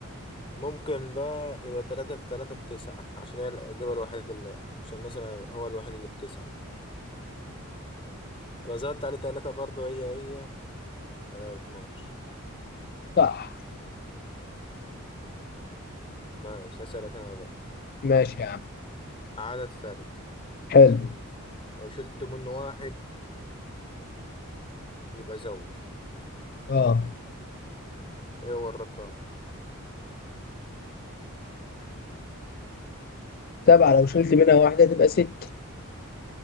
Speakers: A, on the left; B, on the left.
A: ممكن بقى يبقى تلاتة في تلاتة بتسعة عشان هي الإجابة الوحيدة اللي عشان مثلا هو الوحيد اللي بتسعة لو زودت عليه تلاتة برضه هي هي هيبقى اتناشر
B: صح
A: ماشي هسألك أنا بقى
B: ماشي يا عم
A: عدد فردي
B: حلو
A: لو شلت منه واحد يبقى زوج
B: اه
A: ايه هو الرقم
B: سبعة لو شلت منها واحدة تبقى ستة